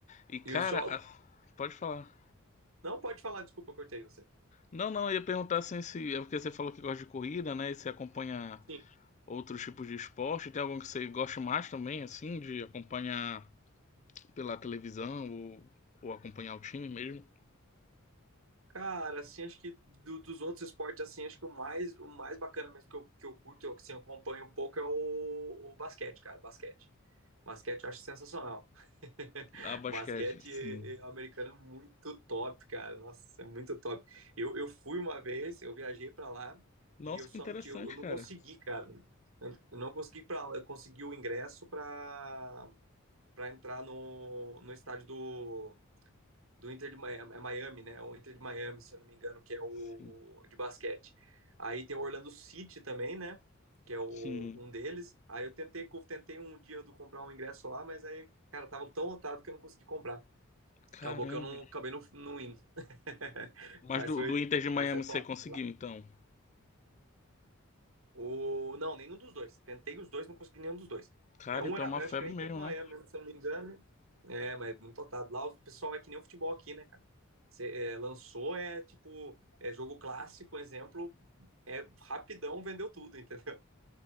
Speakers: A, on the left; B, on the right.
A: e, cara,
B: E os jogos.
A: a- pode falar.
B: Não pode falar, desculpa, eu cortei você.
A: Não, não, eu ia perguntar assim se. É porque você falou que gosta de corrida, né? E você acompanha
B: Sim.
A: outros tipos de esporte. Tem algum que você gosta mais também, assim, de acompanhar pela televisão ou, ou acompanhar o time mesmo?
B: Cara, assim, acho que do- dos outros esportes, assim, acho que o mais, o mais bacana mesmo que eu, que eu curto, eu, assim, eu acompanho um pouco, é o, o basquete, cara, o basquete. Basquete eu acho sensacional. <laughs>
A: Ah, basquete,
B: Basquete
A: sim.
B: americano é muito top, cara. Nossa, é muito top. Eu, eu fui uma vez, eu viajei pra lá
A: Nossa,
B: e eu só
A: que interessante,
B: não tinha, eu não
A: cara.
B: consegui, cara. Eu eu não consegui para, eu consegui o ingresso pra para entrar no, no estádio do do Inter de Miami, é é Miami, né? É O Inter de Miami, se eu não me engano, que é o,
A: Sim.
B: o de basquete. Aí tem o Orlando City também, né? Que é o,
A: Sim.
B: um deles. Aí eu tentei, tentei um dia do comprar um ingresso lá, mas aí, cara, tava tão lotado que eu não consegui comprar.
A: Caramba.
B: Acabou que eu não acabei não, não indo. <laughs>
A: Mas
B: mas
A: do,
B: foi,
A: do Inter de Miami
B: mas é top.
A: você conseguiu,
B: Lá
A: então?
B: O... Não, nenhum dos dois. Tentei os dois, não consegui nenhum dos dois.
A: Cara,
B: É um
A: então
B: era,
A: é uma
B: eu
A: febre
B: acho que era Inter
A: mesmo,
B: de Miami,
A: né?
B: mesmo, se eu não me engano. É, mas é muito lotado. Lá o pessoal é que nem o futebol aqui, né, cara? Você é, lançou, é tipo, é jogo clássico, exemplo, é rapidão, vendeu tudo, entendeu?